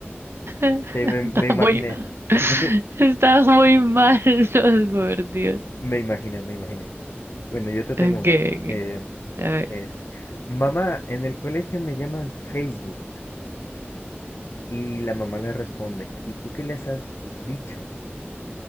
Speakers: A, on the right; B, on the left.
A: <laughs>
B: Sí, me, me
A: Está
B: imaginé.
A: muy, <laughs>
B: <laughs>
A: está muy mal, <laughs> no, por Dios.
B: Me imaginé, me imaginé. Bueno, yo te tengo
A: Okay,
B: uno. Eh,
A: ok. A ver.
B: es, mamá, en el colegio me llaman Facebook. Y la mamá le responde, ¿y tú qué les has dicho?